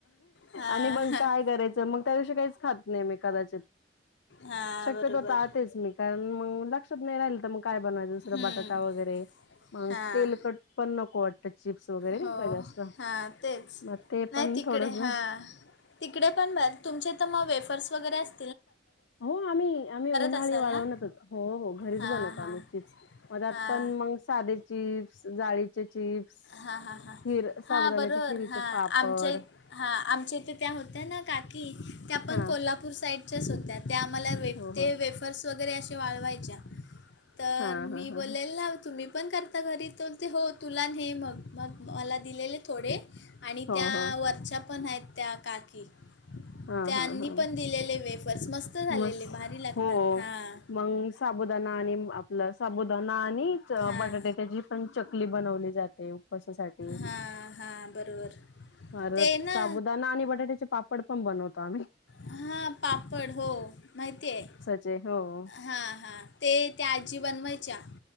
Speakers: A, on the left; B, on the left.
A: हां
B: आणि मग काय करायचं मग. त्या दिवशी काहीच खात नाही मी कदाचित
A: हां
B: शक्यतो
A: बरोबर
B: टाळतेच मी. कारण मग लक्षात नाही राहिल तर मग काय बनवायचं दुसरं
A: हं,
B: बटाटा वगैरे मग
A: हां
B: तेल पण नको वाटत चिप्स वगैरे नाही
A: हो
B: का जास्त
A: हां तेच
B: मग ते
A: नाही
B: पण
A: तिकडे
B: थोडस.
A: हां तिकडे पण बर तुमचे तर मग वेफर्स वगैरे अस.
B: हो आम्ही उन्हाळी
A: असाल
B: वाळवण
A: ना
B: हो हो घरीच
A: हां
B: बनवतो
A: हां
B: आम्ही चीप्स. म त्यात
A: हां
B: पण मग साधे चिप्स, जाळीचे चिप्स,
A: हां हां हां
B: खीर
A: हां
B: साबुदाण्याच्या
A: बरोबर
B: खिरीचे
A: हां
B: पापड
A: आमच्याही हा आमच्या इथं त्या होत्या ना काकी त्या पण
B: हा
A: कोल्हा पूर साईडच्याचं होत्या त्या आम्हाला
B: हो
A: ते
B: हो
A: वेफर्स वगैरे असे वाळवायच्या. तर
B: हा
A: मी
B: हा हा
A: बोलले ना तुम्ही पण करता घरी तर ते हो तुला हे मग मग मला दिलेले थोडे आणि
B: हो
A: त्या
B: हो
A: वरच्या पण आहेत त्या काकी.
B: हा
A: त्यांनी
B: हा हा
A: पण दिलेले वेफर्स मस्त झालेले
B: मस्
A: भारी लागतात
B: हो
A: हां.
B: मग साबुदाणा आणि आपलं साबुदाणा आणि
A: हां
B: बटाट्याची पण चकली बनवली जा ते उपसासाठी
A: हां हां बरोबर
B: परत
A: ते ना
B: साबुदाणा आणि बटाट्याचे पाप पण बनवतो आम्ही.
A: हा पापड हो माहिती आहं.
B: चे हो.
A: हां हां ते त्या आजी बनवायच्या